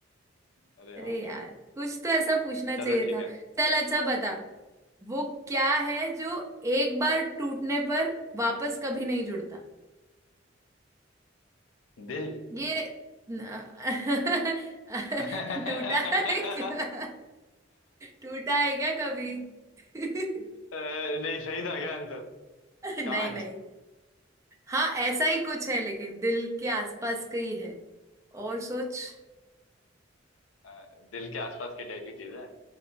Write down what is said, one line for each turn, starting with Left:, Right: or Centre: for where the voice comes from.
Left: अरे यार
Right: अरे यार कुछ तो ऐसा पूछना चाहिए
Left: चलो ठीक
Right: था
Left: है
Right: चल अच्छा बता वो क्या है जो एक बार टूटने पर वापस कभी नहीं जुड़ता
Left: दिल
Right: ये न-
Left: <laughs> अ,
Right: <laughs> टूटा है क्या टूटा है क्या कभी <laughs>
Left: नहीं सही था क्या आंसर
Right: नहीं
Left: कांच
Right: नहीं हाँ ऐसा ही कुछ है लेकिन दिल के आसपास का ही है और सोच
Left: अ, दिल के आसपास की टाइप की चीज है